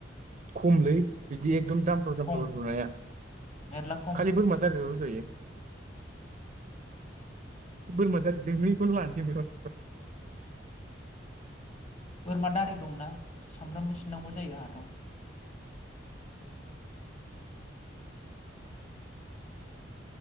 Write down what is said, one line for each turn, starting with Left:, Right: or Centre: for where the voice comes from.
Right: खमलै बिदि एकदम जामफ्राव जामफ्राव
Left: खम
Right: रजनाया
Left: मेरला खम
Right: खालि बोरमा दारिल' रजयो बोरमा दारि दोंनैखौनो लानोसै
Left: बोरमा दारि दंना सामब्रामबोसिनांगौ जायो आंहाथ